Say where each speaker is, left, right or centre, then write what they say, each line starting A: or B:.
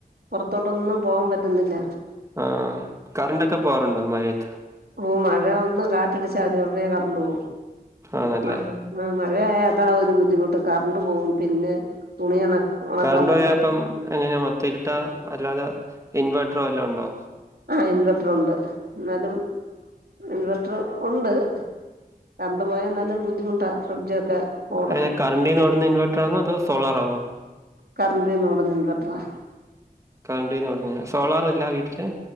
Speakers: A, on the right; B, on the right.
A: പുറത്തോട്ടൊന്നും പോവാൻ പറ്റുന്നില്ല
B: ആഹ് കറണ്ടൊക്കെ പോവാറുണ്ടോ മഴയത്ത്
A: ഓ മഴ ഒന്ന് കാറ്റടിച്ചാതിം ഉടനെ കറണ്ട് പോവും
B: ആണല്ലേ.
A: മഴ,, ആഹ് മഴയായ അതാ ഒരു ബുദ്ധിമുട്ട് കറണ്ട് പോവും പിന്നെ തുണി ഉണ,, ഉണക്കാൻ
B: കറണ്ട്
A: പറ്റത്തില്ല
B: പോയാപ്പം എങ്ങനാ മൊത്ത ഇരുട്ടാ അല്ലാതെ ഇൻവേർട്ടറോ വേല്ലോ ഉണ്ടോ
A: ആഹാ ഇൻവെർട്ടർ ഉണ്ട് എന്നാലും ഇൻവെർട്ടർ ഉണ്ട് കറണ്ട് പോയാ നല്ലൊരു ബുദ്ധിമുട്ടാ ഫ്രിഡ്ജൊക്കെ ഓടത്തി
B: എങ്ങനെ കറണ്ടീന്ന് ഓടുന്ന ഇൻവേറ്ററാണോ അതോ സോളാർാണോ
A: കറണ്ടിന്നൊടുന്ന ഇൻവേറ്ററാ
B: കറണ്ട് എന്നപറഞ സോളാറല്ല വീട്ടില്